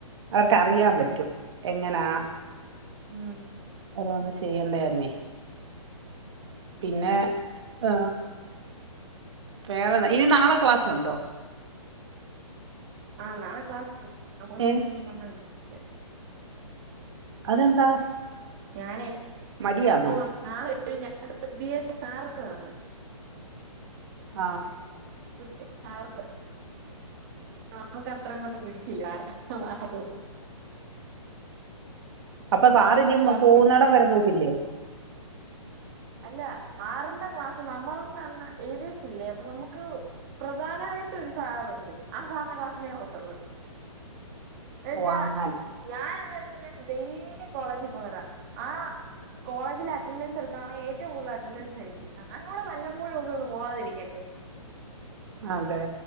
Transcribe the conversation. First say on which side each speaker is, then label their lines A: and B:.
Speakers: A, on the right; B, on the right.
A: അവർക്ക്
B: അത്
A: അറിയാൻ പറ്റും എങ്ങനാ.
B: ഉം
A: അതൊന്ന് ചെയ്യണ്ടേന്നേ പിന്നെ.
B: അതെ
A: ആ വേറെന്താ ഇനി നാളെ ക്ലാസ്സ്ണ്ടോ.
B: ആഹ് നാളെ ക്ലാസ്ണ്ട്. ഞാൻ പോവിലെന്ന്
A: ഏ
B: പറഞ്ഞിരിക്ക.
A: അതെന്താ
B: ഞാനേ
A: മടിയാണോ
B: ഓ നാളെ. <unintelligible> പുതിയ സാറ് വന്നു.
A: ആഹ്
B: പുതിയ സാർ വന്ന് നമുക്ക് അത്ര അങ്ങോട്ട് പിടിച്ചില്ലാർന്ന് ആഹ്
A: അപ്പൊ
B: സാറിന്റെ
A: സാറ് ഇനി
B: ക്ലാസ്
A: പോകുന്നടം വരെ പോകത്തില്ലേ.
B: അല്ല സാറിന്റാ ക്ലാസ് നമ്മൾന്ന് പറഞ്ഞ. ഏവിയേഷൻല്ലേ അപ്പൊ നമുക്ക് പ്രധാനായിട്ടും ഒരു സാറുണ്ട് ആ സാറിന്റേ ക്ലാസ്സിലേ പോകത്തുള്ളു. <unintelligible>
A: ഓ അങ്ങനെ
B: ഞാൻ ച്ച് ഞാൻ ഡെയിലി കോളേജിൽ പോകുന്നറാ ആ കോളേജിൽ അറ്റെൻഡൻസ് റി കാണാൻ ഏറ്റവും കൂടുതൽ അറ്റൻഡൻസ് എനിക്ക് ആയിരിക്കും ഞാൻ കൂടെ വല്ലപ്പോഴും ഒക്കെ ഒന്ന് പോവാതിരിക്കണ്ടേ.
A: അതെ